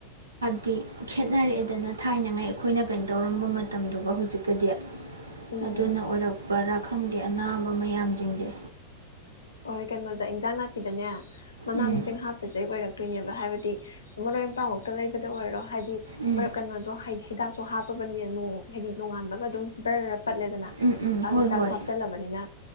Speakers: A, on the right; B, on the left.
A: ꯇꯤ ꯈꯦꯠꯅꯔꯛꯑꯦꯗꯅ ꯊꯥꯏꯅꯉꯩꯏ ꯑꯩꯈꯣꯏꯅ ꯀꯩꯅꯣ ꯇꯧꯔꯝꯕ ꯃꯇꯝꯗꯨꯒ ꯍꯧꯖꯤꯛ ꯗꯤ
B: ꯎꯝ
A: ꯑꯗꯨꯅ ꯑꯣꯏꯔꯛ ꯄꯔꯥ ꯈꯪꯗꯦ ꯑꯅꯥꯕ ꯃꯌꯥꯝꯖꯤꯡꯖꯦ
B: ꯍꯣꯏ ꯀꯩꯅꯣꯗ ꯏꯟꯖꯥꯡ ꯅꯥꯄꯤꯗꯅꯦ ꯃꯅꯥ
A: ꯎꯝ
B: ꯃꯁꯤꯡ ꯍꯥꯞꯄꯤꯁꯦ ꯑꯣꯏꯔꯛ ꯇꯣꯏꯅꯦꯕ ꯍꯥꯏꯕꯗꯤ ꯃꯔꯣꯏ ꯃꯄꯥꯡꯃꯛꯇ ꯂꯩꯕꯗ ꯑꯣꯏꯔꯣ ꯍꯥꯏꯗꯤ
A: ꯎꯝ
B: ꯃꯔꯛ ꯀꯩꯅꯣꯗꯣ ꯍꯥꯏꯗꯤ ꯍꯤꯗꯥꯛꯇꯣ ꯍꯥꯞꯄꯕꯅꯤꯅ ꯅꯣꯡ ꯍꯥꯏꯗꯤ ꯅꯣꯡꯉꯥꯟꯕꯒ ꯑꯗꯨꯝ ꯕ꯭ꯔ ꯄꯠꯂꯦꯗꯅ
A: ꯎꯝ ꯎꯝ
B: ꯑꯗꯨ
A: ꯍꯣꯏ
B: ꯍꯤꯗꯥꯛꯇꯨ
A: ꯍꯣꯏ
B: ꯍꯥꯞꯆꯜꯂꯕꯅꯤꯅ